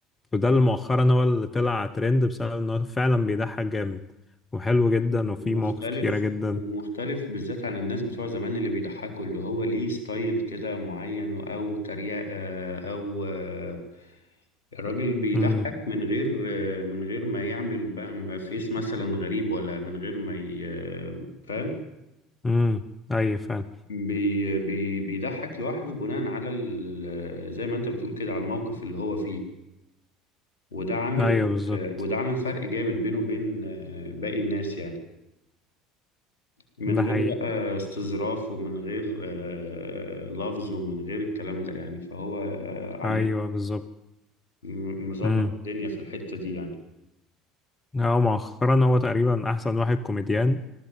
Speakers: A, on the left; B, on the left.
A: وده اللي مؤخرا هو اللي طلع ترند بسبب انه فعلا بيضحك جامد وحلو جدا وفيه
B: ومختلف
A: مواقف كتيرة جدا
B: ومختلف بالذات عن الناس بتوع زمان اللي بيضحكوا اللي هو ليه ستايل كده معين او تريقة او آه، الراجل بيضحك
A: امم
B: من غير آه، من غير ما يعمل بقى ما فيش مثلا غريب ولا من غير ما ي- آه، فاهم
A: امم ايوه فعلا
B: بي بي بيضحك لوحده بناء على ال- زي ما انت بتقول كده على الموقف اللي هو فيه وده عامل
A: ايوه بالظبط
B: آه، وده عامل فرق جامد بينه وبين آه، باقي الناس يعني من
A: ده
B: غير
A: حقيقي
B: بقى استظراف ومن غير آه، لفظ ومن غير الكلام ده يعني فهو آه، عم
A: ايوه بالظبط
B: م- مظبط
A: امم
B: الدنيا في الحتة دي يعني
A: هو مؤخرا هو تقريبا احسن واحد كوميديان